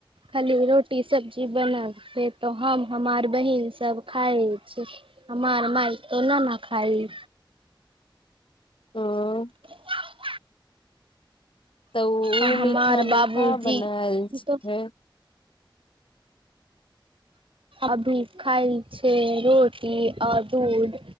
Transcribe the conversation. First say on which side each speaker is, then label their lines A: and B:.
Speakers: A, on the right; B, on the left.
A: खाली रोटी सब्जी बनल फेर तऽ हम हमार बहिन सभ खाय छै हमार माय त ना न खाइ
B: ओ
A: <inaudible>
B: तऽ ओ
A: आ हमार
B: मीठा मे
A: बाबूजी
B: का बनल छैै
A: तो अभी खाइ छै रोटी और दूध